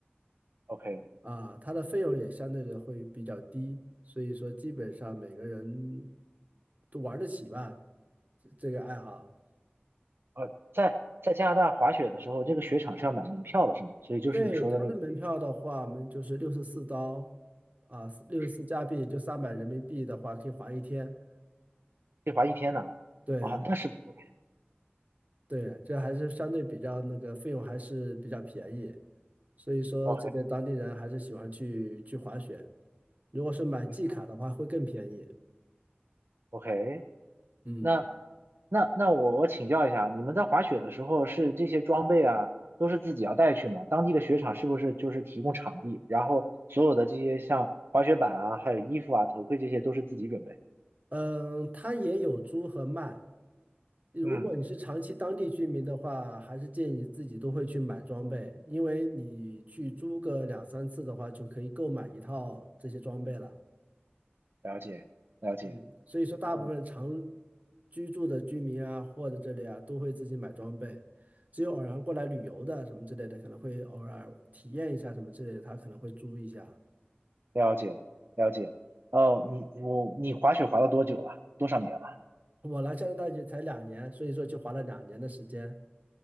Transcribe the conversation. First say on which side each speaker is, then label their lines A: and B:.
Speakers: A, on the right (about 70°); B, on the right (about 40°).
A: OK，
B: 啊，它的费用也相对的会比较低，所以说基本上每个人都玩得起吧，这这个爱好。
A: 呃，在在加拿大滑雪的时候，这个雪场是要买门票的，是吗？所以就是你说的那个费用，
B: 对，它的门票的话，我们就是六十四刀啊，六十四加币就三百人民币的话，
A: 就是
B: 可以滑一天。
A: 可以滑一天呢。
B: 对，
A: 啊，那是不贵。
B: 对，这还是相对比较那个费用还是比较便宜，所以说这边当地人还是喜欢去去滑雪。
A: OK，
B: 如果是买季卡的话，
A: 明白
B: 会更便宜。
A: OK，
B: 嗯
A: 那那那我我请教一下，你们在滑雪的时候是这些装备啊，都是自己要带去吗？当地的雪场是不是就是提供场地，然后所有的这些像滑雪板啊，还有衣服啊、头盔这些都是自己准备？
B: 嗯，它也有租和卖。如果你是长期当地居民的话，
A: 嗯，
B: 还是建议自己都会去买装备，因为你去租个两三次的话，就可以购买一套这些装备了。
A: 了解，了解，
B: 嗯，所以说大部分常
A: 嗯，
B: 居住的居民啊，或者这里啊，都会自己买装备。只有偶然过来旅游的什么之类的，可能会偶尔体验一下什么之类的，他可能会租一下。
A: 了解，了解。哦，你我你滑雪滑了多久了？多少年了？
B: 我来加拿大就才两年，所以说就花了两年的时间。